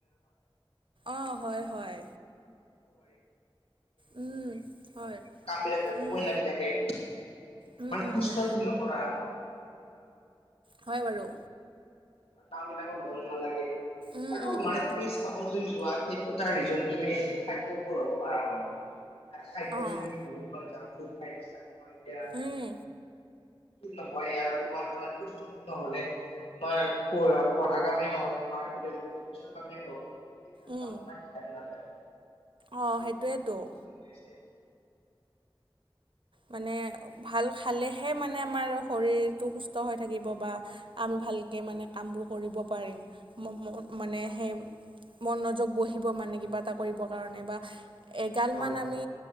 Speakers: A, on the right; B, on the left.
A: অঁ হয় হয় উম হয়
B: বিলাক হয় টোপনি
A: উম,
B: লাগি থাকে।
A: উম,
B: মানে
A: উম,
B: খুস্থকা
A: উম,
B: ভাবে নকৰা আৰু
A: হয় বাৰু।
B: আৰু কাম বিলাকত মন নালাগে।
A: উম,
B: আৰু
A: উম,
B: মানে
A: উম,
B: তুমি চাব যদি যোৱা সেইটো এটা ৰিজন তুমি। খাদ্য ল'ব পাৰা মানে এতিয়া খাদ্য
A: অ'।
B: যদি তুমি বহুতবাৰ জংক ফুড খাই দিছা তোমাৰ এতিয়া
A: উম।
B: নহয় আৰু তোমাৰ ধৰ হলে তোমাৰ পঢ পঢ়া কামেই হওঁক বা অফিচৰ কামেই হওঁক সেইবিলাক
A: উম
B: কামত ইমান ধ্যান নাযায়।
A: অ',
B: এই
A: সেইটোৱেতো।
B: বাগে বহু দুখান হৈ আছে আৰু
A: মানে ভাল। খালেহে মানে আমাৰ শৰীৰটো সুস্থ হৈ থাকিব
B: আৰু
A: বা আমি ভালকে মানে কামবোৰ কৰিব পাৰিম ম মানে সেই মনোযোগ বহিব মানে কিবা এটা কৰিবৰ কাৰণে বা এগালমান
B: হয় হয়
A: আমি